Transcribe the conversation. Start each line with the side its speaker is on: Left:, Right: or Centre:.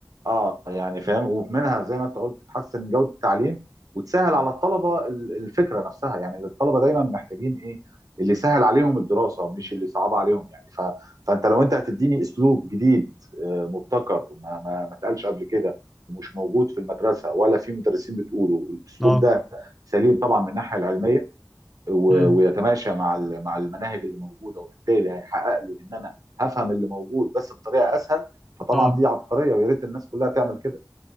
Right: اه يعني فاهم ومنها زي ما انت قلت تحسن جوده التعليم وتسهل على الطلبه ال- الفكره نفسها يعني الطلبه دايما محتاجين ايه اللي يسهل عليهم الدراسه مش اللي يصعب عليهم يعني ف... فانت لو انت هتديني اسلوب جديد آه، مبتكر ما ما ما اتقالش قبل كده ومش موجود في المدرسه ولا في مدرسين بتقوله والاسلوب
Centre: اه
Right: ده سليم طبعا من الناحيه العلميه و-
Centre: امم
Right: ويتماشى مع ال- مع المناهج اللي موجوده وبالتالي هيحقق لي ان انا هفهم اللي موجود بس بطريقه اسهل فطبعا
Centre: اه
Right: دي عبقريه ويا ريت الناس كلها تعمل كده.